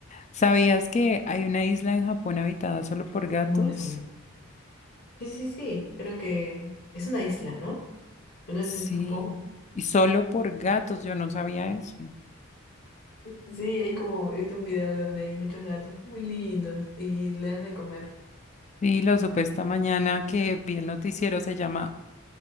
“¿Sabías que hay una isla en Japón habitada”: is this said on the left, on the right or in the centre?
Left